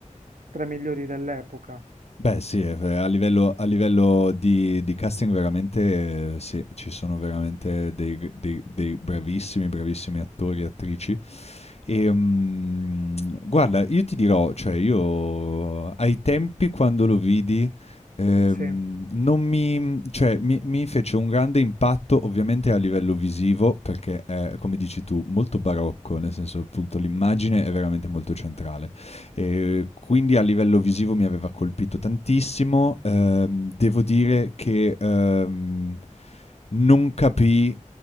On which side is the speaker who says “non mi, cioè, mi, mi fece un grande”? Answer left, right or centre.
Left